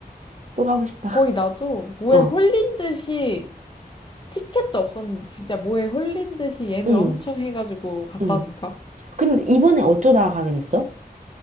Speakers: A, on the right; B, on the left.
A: 또 가고 싶다.
B: 거의 나도 뭐에
A: 어,
B: 홀린 듯이 티켓도 없었는데 진짜 뭐에 홀린 듯이 예매
A: 응,
B: 엄청 해가지고 갔다니까.
A: 응. 근데 이번에 어쩌다가 가게 됐어?